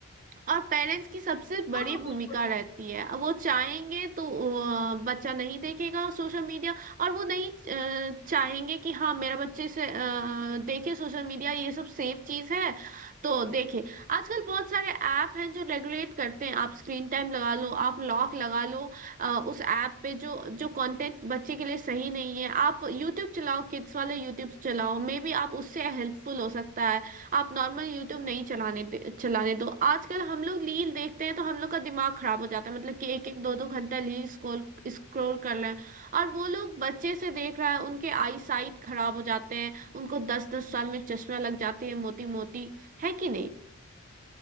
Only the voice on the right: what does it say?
और पेरेंट्स की सबसे बड़ी
भूमिका
रहती है वो चाहेंगे तो अ, बच्चा नहीं देखेगा सोशल मीडिया और वो नहीं अ, चाहेंगे कि हाँ मेरा बच्चे से अ, देखे सोशल मीडिया ये सब सेफ चीज है तो देखे आजकल बहुत सारे ऐप हैं जो रेगुलेट करते हैं आप स्क्रीन टाइम लगा लो आप लॉक लगा लो अ, उस ऐप पे जो जो कंटेंट बच्चे के लिए सही नहीं है आप यूट्यूब चलाओ किड्स वाले यूट्यूब चलाओ मे बी आप उससे हेल्पफुल हो सकता है आप नॉर्मल यूट्यूब नहीं चलाने दे चलाने दो आजकल हम लोग रील देखते हैं तो हम लोग का दिमाग खराब हो जाता है मतलब कि एक एक दो दो घंटा रील स्क्रॉल स्क्रॉल कर रहे हैं और वो लोग बच्चे से देख रहा है उनके आई साइट खराब हो जाते हैं उनको दस दस साल में चश्मा लग जाती है मोटी मोटी है कि नहीं